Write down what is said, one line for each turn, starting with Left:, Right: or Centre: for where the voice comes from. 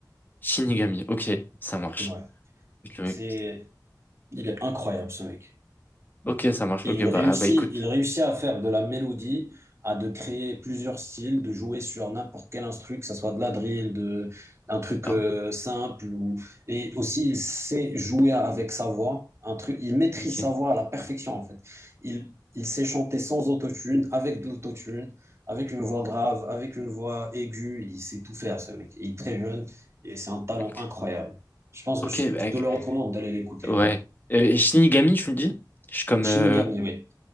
Left: Shinigami, ok, ça marche.
Right: Ouais.
Left: Je le
Right: C'est,
Left: mets comme ça.
Right: il est incroyable ce mec.
Left: Ok, ça marche,
Right: Il
Left: ok, bah,
Right: réussit,
Left: ah, bah écoute.
Right: il réussit à faire de la mélodie, à de créer plusieurs styles, de jouer sur n'importe quel instru, que ça soit de la drill, de un truc
Left: Bah
Right: euh,
Left: ouais,
Right: simple ou et aussi il sait jouer avec sa voix, un truc, il maîtrise
Left: ok,
Right: sa voix à la perfection en fait. Il, il sait chanter sans autotune, avec de l'autotune, avec une voix grave, avec une voix aiguë, il sait tout faire ce mec. Il est très jeune et c'est un talent
Left: ok.
Right: incroyable. Je pense,
Left: Ok,
Right: je,
Left: bah,
Right: je
Left: ok.
Right: te le recommande d'aller l'écouter.
Left: ouais.
Right: vraiment.
Left: Euh, Shinigami, tu me dis? Je suis comme
Right: Shinigami,
Left: euh,
Right: oui.